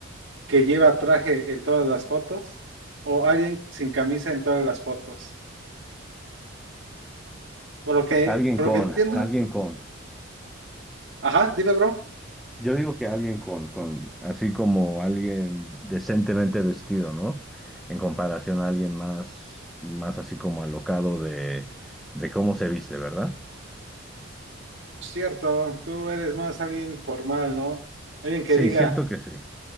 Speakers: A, on the right; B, in the centre.
A: que lleva traje en todas las fotos o alguien sin camisa en todas las fotos. Por lo que,
B: Alguien
A: por
B: con,
A: lo que entiendo,
B: alguien con.
A: ajá, dime, bro.
B: Yo digo que alguien con, con, así como alguien decentemente vestido, ¿no? En comparación a alguien más, más así como alocado de, de cómo se viste, ¿verdad?
A: Cierto, tú eres más alguien formal, ¿no? Alguien que
B: Sí,
A: diga,
B: siento que sí.